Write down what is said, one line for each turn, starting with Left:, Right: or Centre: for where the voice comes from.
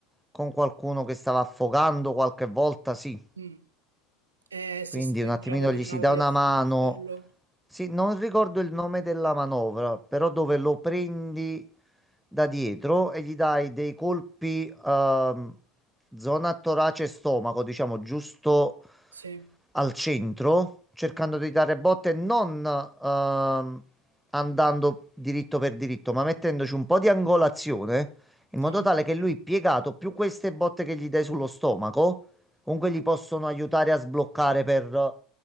Centre: con qualcuno che stava affogando qualche volta, sì.
Right: Mm. E se
Centre: Quindi
Right: siete
Centre: un
Right: in
Centre: attimino
Right: grado, diciamo,
Centre: gli si dà
Right: di
Centre: una
Right: assisterlo.
Centre: mano. Sì, non ricordo il nome della manovra, però dove lo prendi da dietro e gli dai dei colpi, ehm, zona torace e stomaco, diciamo, giusto
Right: Sì.
Centre: al centro, cercando di dare botte, non ehm, andando diritto per diritto, ma mettendoci un po' di angolazione, in modo
Right: Ah,
Centre: tale
Right: ok.
Centre: che lui piegato, più queste botte che gli dai sullo stomaco, comunque gli possono aiutare a sbloccare per